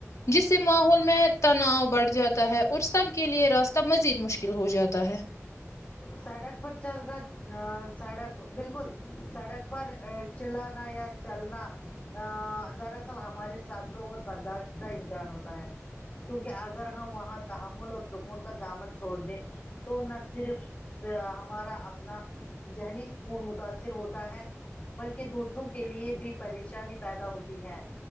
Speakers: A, on the left (about 75°); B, on the left (about 40°).
A: جس اس سے ماحول میں تناؤ بڑھ جاتا ہے اور سب کے لیے راستہ مزید مشکل ہو جاتا ہے
B: سڑک پر چل رہا سڑک بالکل سڑک پر چلانا یا چلنا ا دراصل ہمارے صبر اور برداشت کا امتحان ہوتا ہے کیونکہ اگر ہم وہاں تحمل اور سکون کا دامن چھوڑ دیں تو نہ صرف ہمارا اپنا ذہنی سکون متاثر ہوتا ہے بلکہ دوسروں کے لیے بھی پریشانی پیدا ہوتی ہے